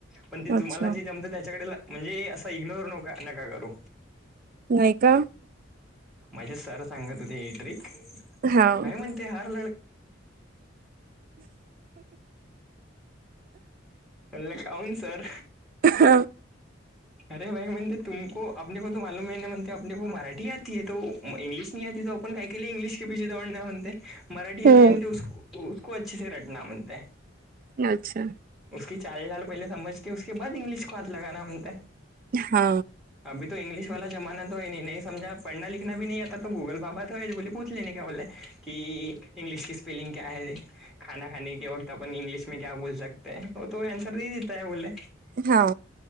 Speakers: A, in the centre; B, on the right.
A: पण ते तुम्हाला
B: अच्छा
A: जे जमत त्याच्याकडे, म्हणजे असा इग्नोर न नका करू.
B: नाही का.
A: माझे सर सांगत होते ही ट्रिक,
B: हा
A: नाही म्हणजे ते हर ते काऊन सर.
B: हा
A: अरे भाई म्हणते तुमको आपने को त मालूम आहे ना म्हणते आप को मराठी आ तो इंग्लिश नाही आती तो आपण काय के लिये इंग्लिश के दवडना है म्हणते. मराठी येतिये
B: हम्म
A: उस्को अच्छेसे रटना मंताय
B: अच्छा
A: उसकी चाल डाल पहिले समजकेे उसके बाद इंग्लिश को हात लगाना मंगताय.
B: हा
A: अभी त इंग्लिश वाला जमाना तो हे ही नाही समजा पढना लिखना भी नाही आता तो गुगल बाबा <unintelligible> बोले पूछलेणे का बोले की इंग्लिश की स्पेलिंग क्या है. खाना खाने के वक्त आपण इंग्लिश मे क्या बोल सकते हो तो आंसर नाही देता है बोले
B: हा.